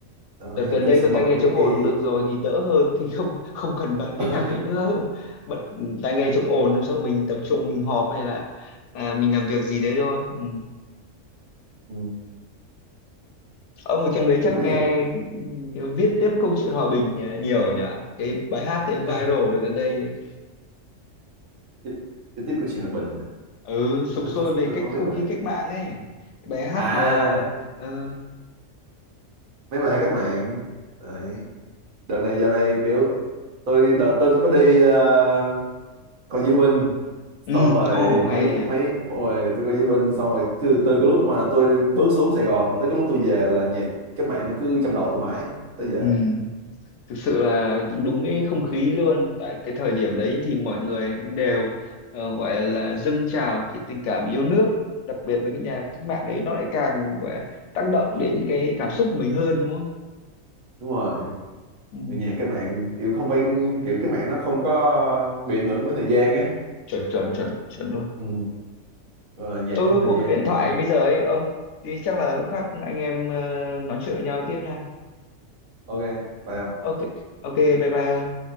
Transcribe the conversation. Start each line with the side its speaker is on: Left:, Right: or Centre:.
Right: Đó,
Left: đợt
Right: thì
Left: gần
Right: tôi
Left: đây
Right: sẽ
Left: có
Right: bật
Left: tai nghe
Right: mấy
Left: chống
Right: cái
Left: ồn được rồi thì đỡ hơn thì không không cần bật cái
Right: <laughs>
Left: nhạc đấy nữa <laughs> bật tai nghe chống ồn xong sau mình tập trung mình họp hay là à, mình làm việc gì đấy thôi ừ.
Right: ừ.
Left: ông ở trong đấy chắc
Right: có mấy
Left: nghe
Right: nhạc
Left: ừ, viết tiếp câu chuyện hòa bình à, nhiều nhỉ cái bài hát đấy viral
Right: <laughs>
Left: được gần đây
Right: Chi- chi tiết của chị Hòa Bình à.
Left: ừ sục
Right: tôi
Left: sôi
Right: không
Left: về
Right: tôi
Left: cách
Right: không
Left: không
Right: biết bài
Left: khí
Right: này
Left: cách mạng ấy cái bài hát
Right: à
Left: mà ờ,
Right: mấy bài hát cách mạng Đấy. đợt này dạo này kiểu tôi đợt tôi có đi ờ, coi diễu binh
Left: ừ
Right: xong rồi
Left: ồ hay
Right: mấy
Left: nhỉ
Right: mấy rồi tôi coi diễu binh xong rồi từ từ cái lúc mà tôi bước xuống Sài Gòn tới cái lúc tôi về là nhạc cách mạng nó cứ trong đầu tôi mãi tới giờ
Left: ừ thực sự là đúng cái không
Right: Ừ,
Left: khí luôn tại cái thời điểm đấy thì mọi người cũng đều ờ, gọi là dâng trào cái tình cảm yêu nước đặc biệt với cái nhà cách mạng đấy nó lại càng gọi là tác động đến cái cảm xúc của mình hơn đúng không
Right: đúng rồi
Left: ừ.
Right: Vì nhạc cái mạng kiểu không phải kiểu cái mạng nó không có bị ảnh hưởng bởi thời gian á
Left: chuẩn chuẩn chuẩn chuẩn luôn
Right: ừ. gọi là nhạc
Left: tôi
Right: không
Left: có
Right: thời
Left: cuộc
Right: gian
Left: điện thoại bây giờ ấy ông thì chắc là lúc khác anh em ờ, nói chuyện với nhau tiếp nha
Right: ok phải không
Left: ok ok bye bye ông